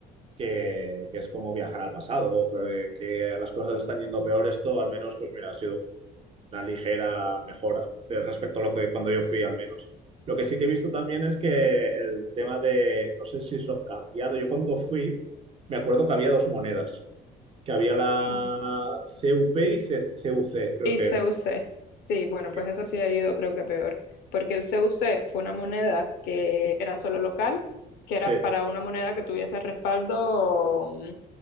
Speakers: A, on the right; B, on the left.
A: que, que es como viajar al pasado, que, que las cosas están yendo peor, esto al menos, pues mira, ha sido una ligera mejora de respecto a lo que cuando yo fui al menos. Lo que sí que he visto también es que el tema de, no sé si eso ha cambiado, yo cuando fui me acuerdo que había dos monedas, que había la
B: Mm.
A: CUP y C- CUC, creo
B: Y
A: que
B: CUC,
A: eran.
B: sí, bueno,
A: Sí,
B: pues eso sí ha ido creo que a peor, porque el CUC fue una moneda que era solo local, que
A: sí,
B: era para una moneda que tuviese respaldo mm,